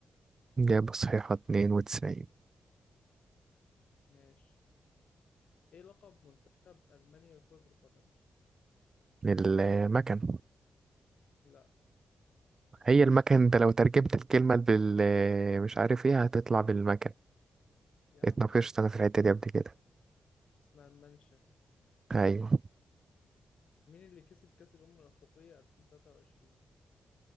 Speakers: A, on the right; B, on the left.
A: إجابة صحيحة 92
B: ماشي ايه لقب منتخب المانيا لكرة القدم
A: المكن
B: لا
A: هي المكن انت لو ترجمت الكلمة بال مش عارف ايه هتطلع بالمكن
B: يا عم
A: اتناقشت
B: ماشي
A: انا في الحتة دي قبل كده
B: اسمها المانشافت
A: ايوه
B: مين اللي كسب كأس الأمم الأفريقية 2023